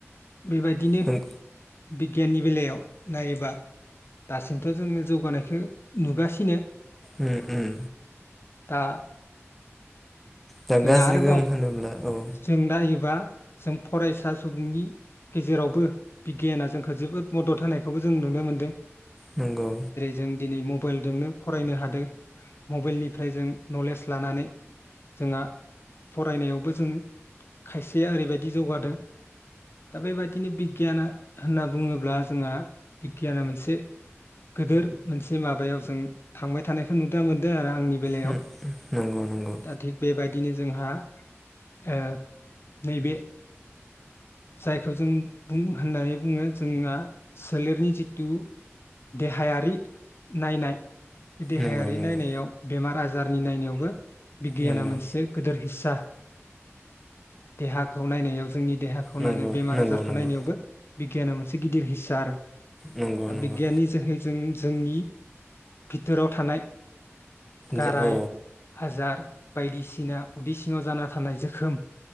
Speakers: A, on the left; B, in the centre.
A: बेबायदिनो।
B: नों
A: बिगियाननि बेलायाव नायोबा। दासिमथ' जोङो जौगानायखौ नुगासिनो।
B: उम उम।
A: दा
B: दा
A: जोंहा
B: गाज्रि
A: आरोबाव
B: गोहोम होनोब्ला औ
A: जों नायोबा जों फरायसा सुबुंनि। गेजेरावबो बिगियाना जोंखौ जोबोद मदद होनायखौबो जों नुनो मोन्दों।
B: नंगौ
A: जों दिनै मबाइलजोंनो फरायनो हादों मबाइलनिफ्राय जों नलेज लानानै। जोंहा फरायनायावबो जों खायसेया ओरैबायदि जौगादों। दा बेबायदिनो बिगियाना होनना बुङोब्ला जोंहा बिगियाना मोनसे। गोदोर मोनसे माबायाव जों थांबाय थानायखौ नुनो मोनदों आरो आंनि। बेलायाव
B: उम उम नंगौ नंगौ।
A: दा थिग बेबायदिनो जोंहा ओ नैबे। जायखौ जों बुं होननानै बुङो जोंना सोलेरनि जिहेथु। देहायारि नायनाय। बे देहायारि
B: नंगौ नंगौ
A: नायनायाव बेमार आजारनि नायनायावबो बिगियाना
B: नंगौ
A: मोनसे। गोदोर हिसा देहाखौ नायनायाव जोंनि। खौ नायनो
B: नंगौ
A: बेमार
B: नंगौ
A: आजारखौ
B: नंगौ
A: नायनायावबो। बिगियाना मोनसे गिदिर हिस्सार
B: नंगौ
A: दा
B: नंगौ
A: बिगियाननि जोहै। जों जोंनि बिथोराव थानाय गाराय।
B: जा औ
A: हाजार बायदिसिना उदै सिङाव जाना थानाय जोखोम